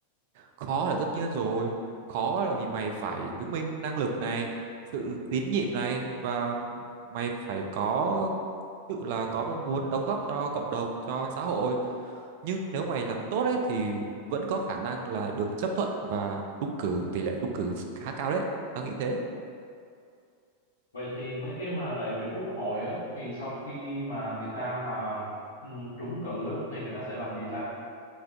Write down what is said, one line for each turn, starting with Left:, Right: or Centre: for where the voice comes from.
Right: khó là tất nhiên rồi khó là vì mày phải chứng minh năng lực này sự tín nhiệm này và mày phải có tự là có mong muốn đóng góp cho cộng đồng cho xã hội nhưng nếu mày làm tốt ấy thì vẫn có khả năng là được chấp thuận và trúng cử tỷ lệ trúng cử khá cao đấy tao nghĩ thế
Left: Vậy thì mấy cái mà đại biểu quốc hội á, thì sau khi mà người ta mà ừ, trúng cử á, thì người ta sẽ làm gì ta?